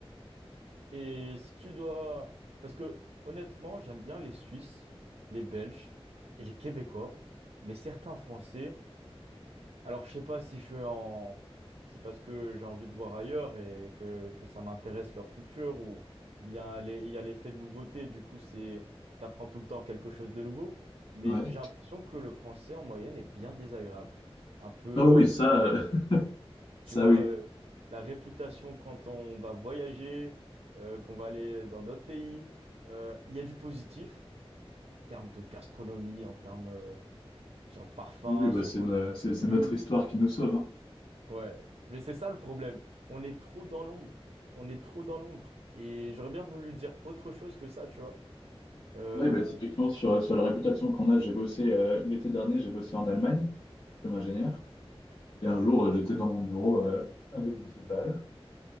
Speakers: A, on the right; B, on the left.
A: Et si tu dois... Parce que honnêtement, j'aime bien les Suisses, les Belges et les Québécois, mais certains Français... Alors, je sais pas si je suis en... C'est parce que j'ai envie de voir ailleurs et que, que ça m'intéresse leur culture ou bien les- il y a l'effet de nouveauté, du coup, c'est... T'apprends tout le temps quelque chose de nouveau. Mais
B: Ouais.
A: j'ai l'impression que le français, en moyenne, est bien désagréable. Un peu,
B: Oh oui,
A: un
B: ça,
A: peu...
B: euh, <laughs> ça
A: Tu vois,
B: oui.
A: euh, la réputation quand on va voyager, euh, qu'on va aller dans d'autres pays, euh, il y a du positif en termes de gastronomie, en termes euh, sur le parfum,
B: Oui, bah,
A: sur
B: c'est no-
A: euh,
B: c'est-
A: le
B: c'est
A: luxe.
B: notre histoire qui nous sauve. Hein.
A: Ouais, mais c'est ça le problème. On est trop dans l'ombre. On est trop dans l'ombre. Et j'aurais bien voulu dire autre chose que ça, tu vois. Euh,
B: Ouais, bah, typiquement, sur, sur la réputation qu'on a, j'ai bossé euh, l'été dernier, j'ai bossé en Allemagne comme ingénieur. Et un jour, euh, j'étais dans mon bureau euh, avec mon supérieur.